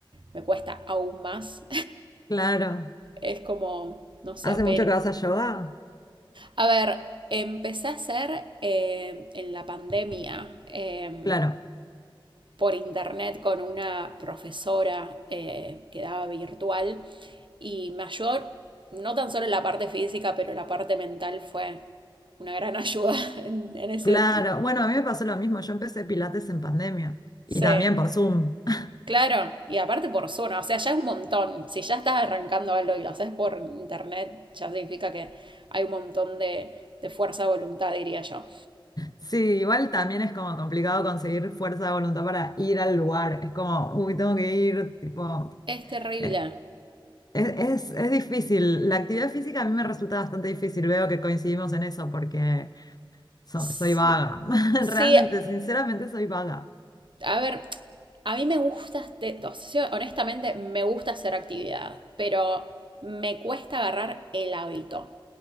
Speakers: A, on the right; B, on the left.
A: me cuesta aún más.
B: Claro.
A: Es como, no sé,
B: ¿Hace
A: pero...
B: mucho que vas a yoga?
A: A ver, empecé a hacer eh, en la pandemia eh,
B: Claro,
A: por internet con una profesora eh, que daba virtual y me ayudó no tan solo en la parte física, pero la parte mental fue una gran <laughs> ayuda en, en ese...
B: claro. Bueno, a mí me pasó lo mismo. Yo empecé Pilates en pandemia y
A: Sí,
B: también por Zoom. <laughs>
A: Claro, y aparte por zona, o sea, ya es un montón. Si ya estás arrancando algo y lo haces por internet, ya significa que hay un montón de, de fuerza de voluntad, diría yo.
B: Sí, igual también es como complicado conseguir fuerza de voluntad para ir al lugar. Es como, uy, tengo que ir, tipo,
A: Es terrible.
B: eh, es, es- es difícil. La actividad física a mí me resulta bastante difícil. Veo que coincidimos en eso porque so-
A: Sí,
B: soy vaga. <laughs>
A: sí,
B: Realmente, sinceramente, soy vaga.
A: A ver, a mí me gusta, este- o sea, sí, honestamente, me gusta hacer actividad, pero me cuesta agarrar el hábito.